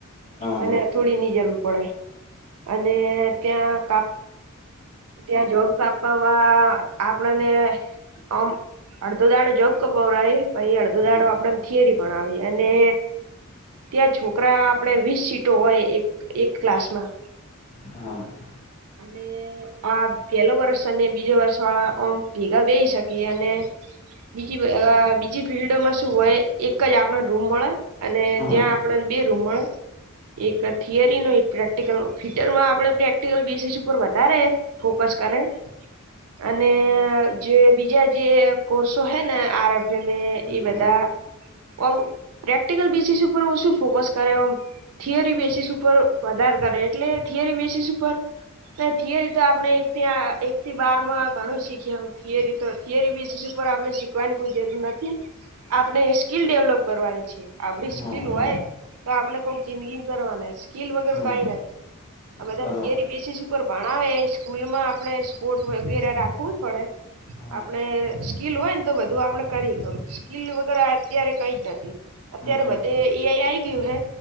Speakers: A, on the left; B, on the right.
A: હા
B: અને
A: બર
B: હથોળી ની જરૂર પડે અને ત્યાં કાંપ. ત્યાં જોબ કાપવામાં આપણને આમ અડધો દાડો જોબ કપવડાએ પછી અડધો
A: હા
B: દાડો આપડેને થિયરી ભણાવે. અને ત્યાં છોકરા આપણે વીસ સીટો હોય એક એક ક્લાસમાં,
A: હા <inaudible>
B: અને <inaudible> આ પેલો વર્ષ અને બીજો વર્ષ વાળા આમ ભેગા બેઈ શકીએ અને બીજી- આ બીજી ફિલ્ડમાં શું હોય, એકજ આપડે રૂમ મળે. અને
A: હા
B: ત્યાં આપણને બે રૂમ મળે, એક થિયરીનો એક પ્રેક્ટિકલનો ફીટરમાં આપણે પ્રેક્ટિકલ બે સ. <unintelligible> ઉપર વધારે ફોકસ કરે. અને જે બીજા જે કોસો ર્હેને આરભી મેં
A: હમ
B: એ બધા ઓમ પ્રેક્ટિકલ બેસીસ ઉપર ઓશું ફોકસ કરે ઓમ. થિયરી બેસીસ ઉપર વધારે કરે એટલે થિયરી બેસીસ ઉપર. ના થિયરીતો આપણે એક થી એકથી બાર માં ઘણું શીખ્યા થિયરીતો થિયરી બેસીસ ઉપર આપણે શીખી. શીખવાની કોઈ જરૂર નથી, આપણે સ્કીલ ડેવલપ કરવાની છે, આપડી સ્કીલ
A: હા
B: હોય. તો આપણે કોક જિંદગી કરવાના સ્કીલ વગર
A: હમ
B: કંઈ નથી આ બધાં.
A: બરાબર
B: બેસીસ ઉપર ભણાવે. સ્કૂલમાં આપણે સ્પોર્ટ વગેરે રાખવું પડે.
A: હા
B: આપણે સ્કીલ હોય નેતો બધું આપડે કરીતો સ્કીલ વગેરે અત્યારે કંઈ જ નથી. અત્યારે
A: હા
B: બધે એ, આઈ, આઈ ગયું હે